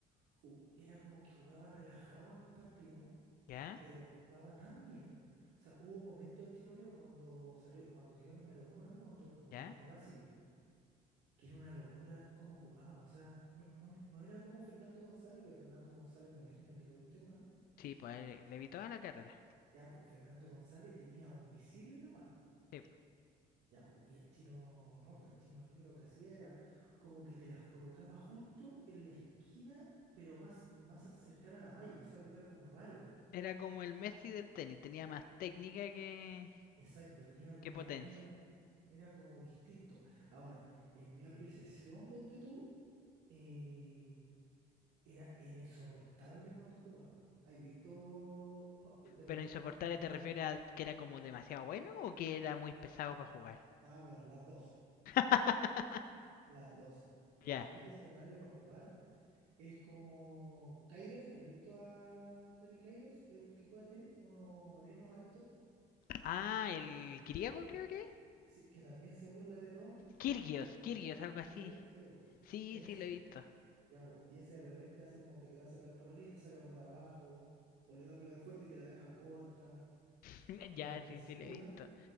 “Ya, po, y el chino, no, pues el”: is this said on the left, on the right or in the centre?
Right